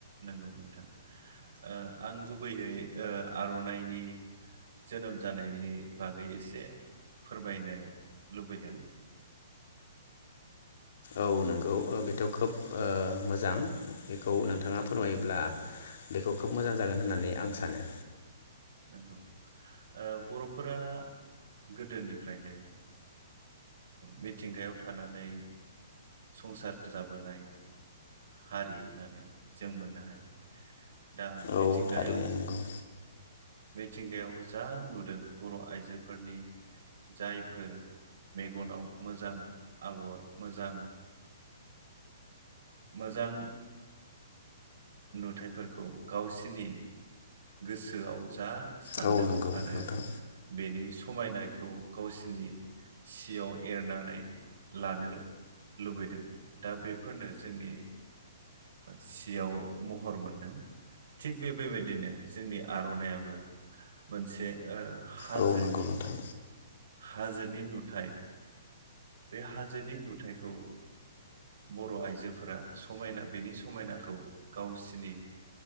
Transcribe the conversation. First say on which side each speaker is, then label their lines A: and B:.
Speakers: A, on the right (about 65°); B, on the left (about 60°).
A: नंगौ नोंथां ओ आं गुबैयै ओ आर'नाइनि जोनोम जानायनि बागै एसे फोरमायनो लुबैदों
B: औ नोंगौ बेथ' खोब ओ मोजां बेखौ नोंथाङा फोरमायोब्ला बेखौ खोब मोजां जागोन होननानै आं सानो।
A: नंगौ ओ बर'फोरा गोदोनिफ्रायनो मिथिंगायाव थानानै संसार जाबोनाय हारि होननानै जों मोननो हायो। दा मिथिंगायाव
B: औ थारैनो नंगौ।
A: मिथिंगायाव जा नुदों बर' आइजोफोरनि जायफोर मेगनाव मोजां आगर मोजां मोजां नुथायफोरखौ गावसिनि गोसोआव जा सानदों
B: औ नंगौ
A: आरो
B: नोंथां
A: बेनि समायनाखौ गावसिनि सियाव एरनानै लानो लुबैदों दा बेफोरनो जोंनि सियाव महर मोनदों थिग बे बेबायदिनो जोंनि आर'नाइआबो। मोनसे ओ हाजोनि
B: औ नंगौ नोंथां
A: हाजोनि नुथायाइ बे हाजोनि नुथायखौ बर' आइजोफोरा समायना बेनि समायनाखौ गावसिनि